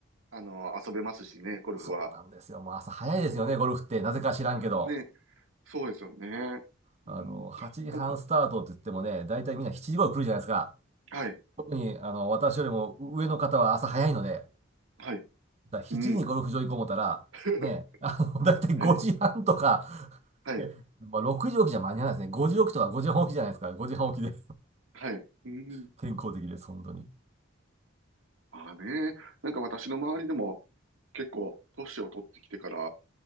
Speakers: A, on the right; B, on the right.
A: あの、遊べますしね、ゴルフは。
B: そうなんですよ。もう朝早いですよね、ゴルフって。なぜか知らんけど。
A: あ、ね、そうですよね。
B: あの、
A: うん。
B: 8時半スタートって言ってもね、
A: なんか、
B: 大体みんな7時頃来るじゃないですか。
A: はい、
B: 特に、あの、私よりも上の方は朝早いので、
A: はい、
B: だから7時にゴルフ場行こう思ったら、
A: うん。<laughs>
B: ね、あの、大体5時半とか、
A: はい、
B: <laughs>
A: はい、
B: えまあ、6時起きじゃ間に合わないですね。5時起きとか5時半起きじゃないですか。5時半起きで
A: はい、うん。
B: <laughs> 健康的です、本当に。
A: ああね、なんか私の周りでも結構、年を取ってきてから、